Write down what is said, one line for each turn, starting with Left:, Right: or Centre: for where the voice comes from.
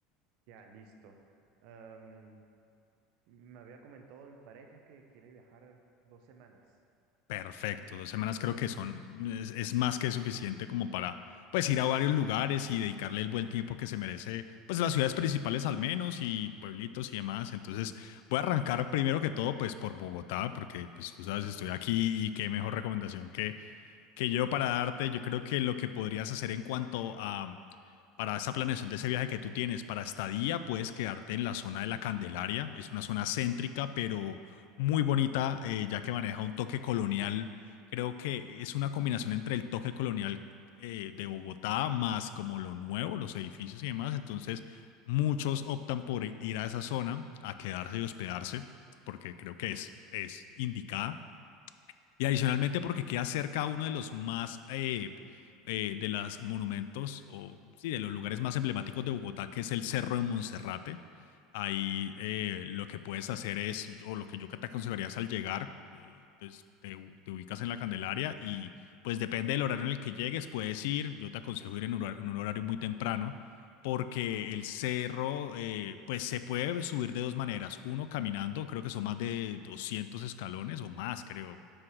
Right: Ya, listo. Am, me había comentado mi pareja que quiere viajar dos semanas.
Left: Perfecto, dos semanas creo que son, es, es más que suficiente como para pues ir a varios lugares y dedicarle el buen tiempo que se merece, pues las ciudades principales al menos y pueblitos y demás. Entonces voy a arrancar primero que todo pues por Bogotá, porque pues tú sabes, estoy aquí y qué mejor recomendación que que yo para darte, yo creo que lo que podrías hacer en cuanto a, para esa planeación de ese viaje que tú tienes, para estadía, puedes quedarte en la zona de la Candelaria. Es una zona céntrica, pero muy bonita, eh, ya que maneja un toque colonial. Creo que es una combinación entre el toque colonial eh, de Bogotá más como lo nuevo, los edificios y demás. Entonces, muchos optan por ir a esa zona, a quedarse y hospedarse, porque creo que es, es indicada. Y adicionalmente porque queda cerca a uno de los más, eh, eh, de los monumentos, o sí, de los lugares más emblemáticos de Bogotá, que es el Cerro de Monserrate. Ahí eh, lo que puedes hacer es, o lo que yo te aconsejaría es al llegar, eh, pues te, u- te ubicas en la Candelaria y pues depende del horario en el que llegues, puedes ir, yo te aconsejo ir en un horario, en un horario muy temprano, porque el cerro, eh, pues se puede subir de dos maneras. Uno, caminando, creo que son más de 200 escalones o más, creo.